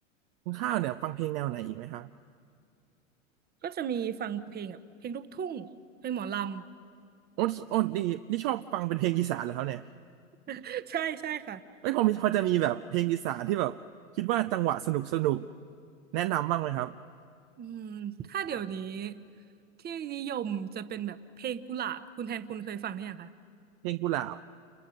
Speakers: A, on the right; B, on the right.
A: คุณข้าวเนี่ยฟังเพลงแนวไหนอีกไหมครับ
B: ก็จะมีฟังเพลงแบบเพลงลูกทุ่งเพลงหมอลำ
A: โอ้โอ้นี่นี่ชอบฟังเป็นเพลงอีสานเหรอครับเนี่ย
B: <laughs> ใช่ใช่ค่ะ
A: เอ้ยพอมีพอจะมีแบบเพลงอีสานที่แบบคิดว่าจังหวะสนุกสนุกแนะนำบ้างไหมครับ
B: อืมถ้าเดี๋ยวนี้ที่นิยมจะเป็นแบบเพลงกุหลาบคุณแทนคุณเคยฟังหรือยังคะ
A: เพลงกุหลาบ